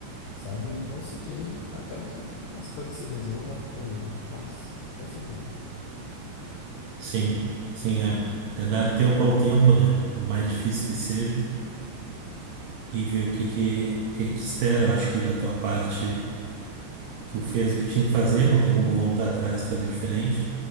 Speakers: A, on the left; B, on the right.
A: sabe? E vou seguindo até que as coisas se resolvam ou não, mas vou seguindo.
B: Sim, sim, é. É dar tempo ao tempo, né? Por mais difícil que seja,
A: Se
B: e ver o que que, que que te espera. Eu Acho que da tua parte, tu fez o que tinha que fazer, não tem como voltar atrás e fazer diferente.